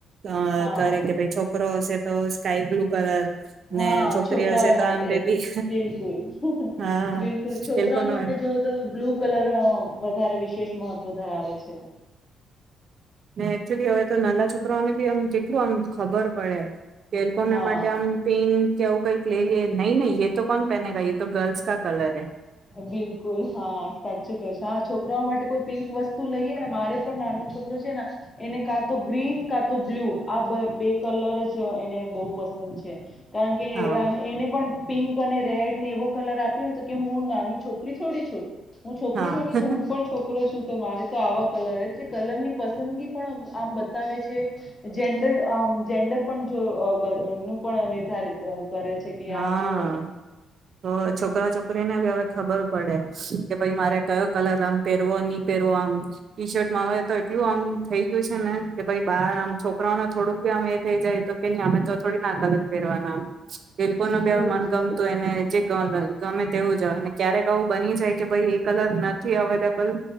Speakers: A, on the right (about 55°); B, on the left (about 25°).
A: અ
B: હા
A: કરે કે ભાઈ છોકરો હશે તો સ્કાાય બ્લુ કલર
B: હા
A: ને છોકરી
B: છોકરાઓ
A: હશે તો
B: માટે
A: આમ બેબી
B: બિલકુલ.
A: હા
B: બિલકુલ છોકરાઓ
A: એ લોકો નો
B: માટે જોવ તો બ્લુ કલર વધારે વિશેષ મહત્વ ધરાવે છે.
A: ને એકચુલી હવે તો નાના છોકરાઓને બી આમ કેટલું આમ ખબર પડે. ખલકોને
B: હા
A: માટે આમ પિક ક્યાવું કઈક લઈ લ નહીં નં એ તો કોણ પહેનેગ તો ગર્લ્સ કા કલર હૈ.
B: બિલકુલ હા સાચું કરશ. હા છોકરાઓ માટે કોઈ પિંક વસ્તુ લઈ મારે પણ નાનો છોકરો છે ને એને કાં તો ગ્રીન કાં તો બ્લુ આ બે કલર જ એને બહુ પસંદ છે. કારણ કે
A: હા
B: એને પણ પિંક અને રેડ ને એવો કલર આપ્યો ને તો કે હું ના અને છોકરી થોડી છો. હું છોકરી
A: હા
B: થોડી છું હું પણ છોકરો છું તો મારે તો આવા કલર એટલે કલર ની પસંદગી પણ આમ બતાવે છે, જેન્ડર આમ જેન્ડર પણ જો નું પણ નિર્ધારિત કરે છે કે
A: હા
B: આ જો
A: તો
B: હમ
A: છોકરા છોકરીનેવે ખબર પડે, કે ભાઈ મારે કયો કલર આમ પેહેરવો નહ પહેરવો આમ ટી શર્ટમાં હવે તો એટલું આમ થઇ ગયું છે ને કે ભાઈ બાર આમ છોકરાઓને થોડુંક ભી આમ એ થઇ જાય તો કે ન અમે તો થોડી ના કલર પહેરવાના આમ. એ લોકો
B: બિલકુલ
A: ન મન ગમતું એને જે ગમે તેવું જ ક્યારેક આવું બની જાય કે ભ એ કલર નથી અવેલેબલ,